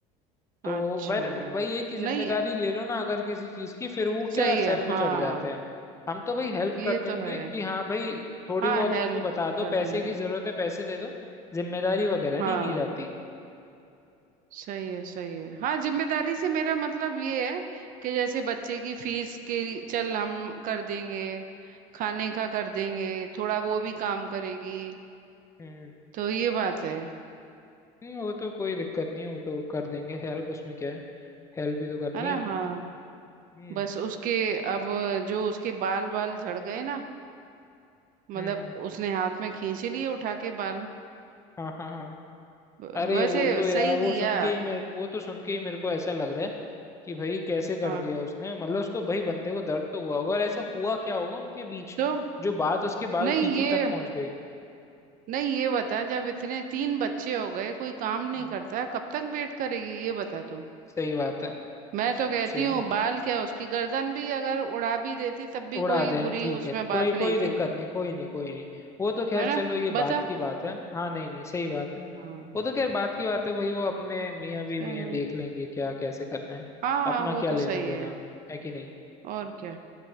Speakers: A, on the left; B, on the right.
A: तो
B: अच्छा
A: वर वही है कि जिम्मेदारी
B: नहीं
A: ले लो ना अगर किसी चीज की फिर वो क्या
B: सही
A: सर
B: है हाँ
A: पे चढ़ जाते हैं हम तो भाई हेल्प
B: ये
A: कर देंगे
B: तो है
A: कि हाँ भाई थोड़ी
B: हाँ
A: बहुत
B: हेल्प
A: उनको बता दो
B: कर
A: पैसे
B: देंगे
A: की जरूरत है पैसे दे दो जिम्मेदारी वगैरह
B: हाँ
A: नहीं ली जाती
B: सही है सही है हाँ जिम्मेदारी से मेरा मतलब ये है कि जैसे बच्चे की फीस के लिए- चल हम कर देंगे खाने का कर देंगे थोड़ा वो भी काम करेगी
A: हम्म
B: तो ये बात है
A: हम्म, वो तो कोई दिक्कत नहीं वो तो कर देंगे हेल्प उसमें क्या है हेल्प भी तो करनी
B: है ना
A: है
B: हाँ
A: हम्म
B: बस उसके अब जो उसके बाल बाल झड़ गए ना मतलब
A: हम्म हम्म,
B: उसने हाथ में खींच लिए उठा के बाल
A: हाँ हाँ हाँ
B: व-
A: अरे
B: वैसे
A: वो तो यार
B: सही
A: वो
B: किया
A: सुन के ही मेरे वो तो सुन के ही मेरे को ऐसा लग रहा है कि भाई कैसे कर
B: हाँ
A: दिया उसने मतलब उसको भाई बंदे को दर्द तो हुआ होगा और ऐसा हुआ क्या होगा उनके बीच
B: तो
A: जो बात उसके बाल
B: नहीं
A: खींचने
B: ये
A: तक पहुंच गई
B: नहीं ये बता जब इतने तीन बच्चे हो गए कोई काम नहीं
A: हम्म।
B: करता कब तक वेट करेगी ये बता तू
A: सही बात है
B: मैं तो कहती
A: सही
B: हूँ
A: बात
B: बाल
A: है
B: क्या उसकी गर्दन भी अगर उड़ा भी देती तब भी
A: उड़ा
B: कोई
A: दें
B: बुरी
A: ठीक
B: उसमें
A: है
B: बात
A: कोई
B: नहीं
A: कोई दिक्कत
B: थी
A: नहीं कोई नहीं कोई नहीं वो तो खैर
B: है
A: चलो
B: ना
A: ये
B: बता
A: बात की बात है हाँ नहीं नहीं सही बात है
B: हाँ
A: वो तो खैर बात की बात है भाई वो अपने मियाँ बीवी
B: चल
A: हैं देख लेंगे क्या कैसे करना है
B: हाँ हाँ
A: अपना
B: वो
A: क्या
B: तो
A: लेना
B: सही
A: देना
B: है
A: है कि नहीं
B: और क्या